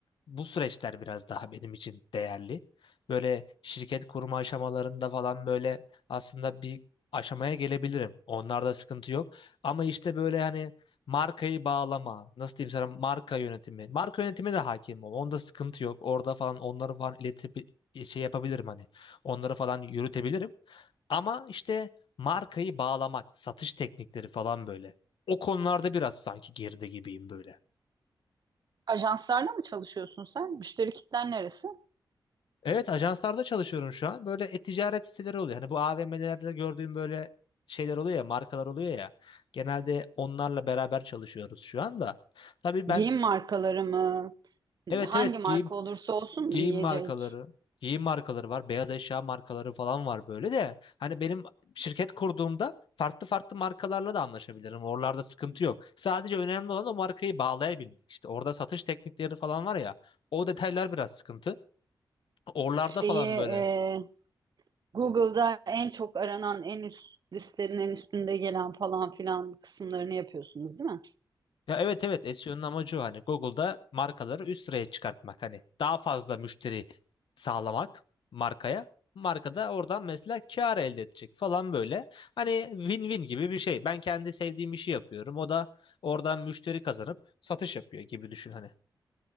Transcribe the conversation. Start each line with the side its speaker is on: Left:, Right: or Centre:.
Left: bu süreçler biraz daha benim için değerli. Böyle şirket kurma aşamalarında falan böyle aslında bir aşamaya gelebilirim. Onlarda sıkıntı yok. Ama işte böyle hani markayı bağlama, nasıl diyeyim sana marka yönetimi. Marka yönetimi de hakim ol. Onda sıkıntı yok. Orada falan onları falan iletip şey yapabilirim hani. Onları falan yürütebilirim. Ama işte markayı bağlamak, satış teknikleri falan böyle. O konularda biraz sanki geride gibiyim böyle.
Right: Ajanslarla mı çalışıyorsun sen? Müşteri kitlen neresi?
Left: Evet ajanslarda çalışıyorum şu an. Böyle e-ticaret siteleri oluyor. Hani bu AVM'lerde gördüğüm böyle şeyler oluyor ya, markalar oluyor ya. Genelde onlarla beraber çalışıyoruz şu anda. Tabii ben
Right: Giyim markaları mı?
Left: evet
Right: Hangi
Left: evet
Right: marka
Left: giyim
Right: olursa olsun
Left: giyim
Right: mu yiyecek?
Left: markaları, giyim markaları var, beyaz eşya markaları falan var böyle de. Hani benim şirket kurduğumda farklı farklı markalarla da anlaşabilirim. Oralarda sıkıntı yok. Sadece önemli olan o markayı bağlayabilmek. İşte orada satış teknikleri falan var ya. O detaylar biraz sıkıntı. Oralarda
Right: Şeyi
Left: falan
Right: e,
Left: böyle.
Right: Google'da en çok aranan, en üst listelerin en üstünde gelen falan filan kısımlarını yapıyorsunuz değil mi?
Left: Ya evet evet SEO'nun amacı o hani Google'da markaları üst sıraya çıkartmak hani daha fazla müşteri sağlamak markaya. Marka da oradan mesela kar elde edecek falan böyle. Hani win-win gibi bir şey. Ben kendi sevdiğim işi yapıyorum. O da oradan müşteri kazanıp satış yapıyor gibi düşün hani.